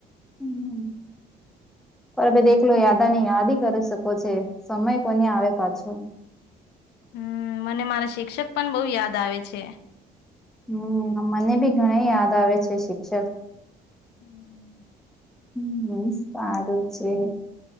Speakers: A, in the centre; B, on the left.
A: હમ્મ. પર અભી દેખલો યાદા ને યાદી કરી શકો છે, સમય કોઈને આવે પાછો.
B: હમ્મ, મને મારા શિક્ષક પણ બહુ યાદ આવે છે.
A: હમ્મ. મને બી ઘણે યાદ આવે છે શિક્ષક.
B: હમ્મ.
A: હમ્મ, સારું છે.